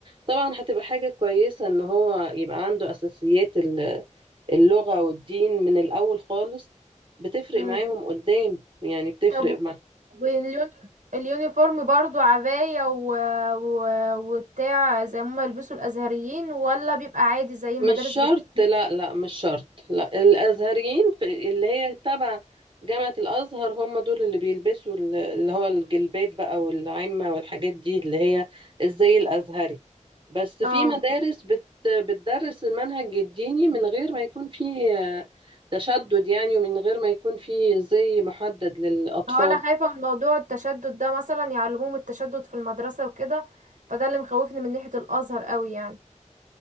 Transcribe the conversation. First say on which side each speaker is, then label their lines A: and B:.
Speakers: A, on the right (about 40°); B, on the right (about 75°).
A: طبعا هتبقى حاجة كويسة ان هو يبقى عنده اساسيات ال- اللغة والدين من الاول خالص بتفرق
B: مم.
A: معاهم قدام يعني بتفرق
B: طب
A: معاهم
B: واليون... اليونيفورم برضو عباية و... و... وبتاع زي ما يلبسوا الأزهريين ولا بيبقى عادي زي المدارس
A: مش شرط
B: بتاعتنا
A: لا لا مش شرط لا الازهريين في اللي هي تبع جامعة الازهر هم دول اللي بيلبسوا ال- اللي هو الجلباب بقى والعمة والحاجات دي اللي هي الزي الازهري بس
B: اه
A: في مدارس بت بتدرس المنهج الديني من غير ما يكون فيه آه، تشدد يعني ومن غير ما يكون فيه زي محدد للاطفال
B: هو أنا خايفة من موضوع التشدد ده مثلا يعلموهم التشدد في المدرسة وكده فده اللي مخوفني من ناحية الأزهر قوي يعني